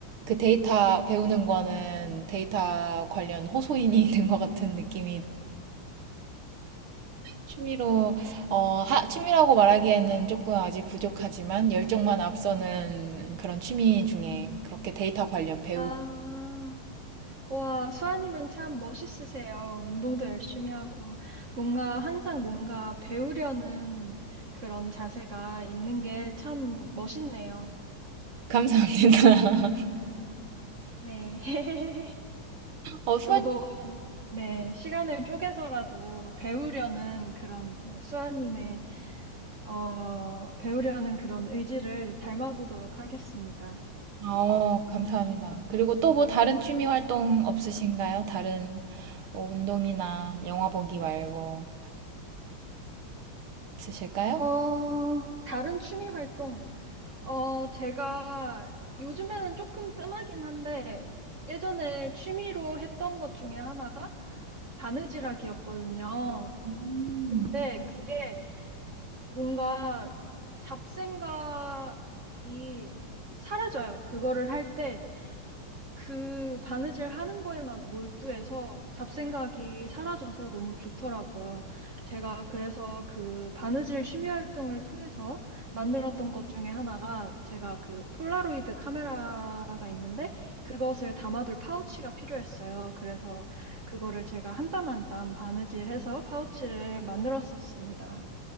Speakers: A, on the right (about 80°); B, on the right (about 45°).
A: 그 데이터 배우는 거는 데이터 관련 호소인이 <laughs> 된 것 같은 느낌이 취미로, 어, 하, 취미라고 말하기에는 조금 아직 부족하지만 열정만 앞서는 그런 취미 중에 그렇게 데이터 관련 배우기.
B: 아, 와, 수아님은 참 멋있으세요. 운동도 열심히 하고, 뭔가 항상 뭔가 배우려는 그런 자세가 있는 게 참 멋있네요.
A: 감사합니다. <laughs>
B: 네. <laughs>
A: 어, 수아님,
B: 저도, 네, 시간을 쪼개서라도 배우려는 그런, 네, 수아님의, 어, 배우려는 그런 의지를 닮아보도록 하겠습니다.
A: 어, 감사합니다. 그리고 또 뭐 다른 취미 활동 없으신가요? 다른 뭐 운동이나 영화 보기 말고 없으실까요?
B: 어, 다른 취미 활동. 어, 제가 요즘에는 조금 뜸하긴 한데, 예전에 취미로 했던 것 중에 하나가 바느질하기였거든요.
A: 음.
B: 근데 그게 뭔가 잡생각이 사라져요. 그거를 할때 그 바느질 하는 거에만 몰두해서 잡생각이 사라져서 너무 좋더라고요. 제가 그래서 그 바느질 취미 활동을 통해서 만들었던 것 중에 하나가 제가 그 폴라로이드 카메라가 있는데 그것을 담아둘 파우치가 필요했어요. 그래서 그거를 제가 한 땀 한 땀 바느질해서 파우치를 만들었었습니다.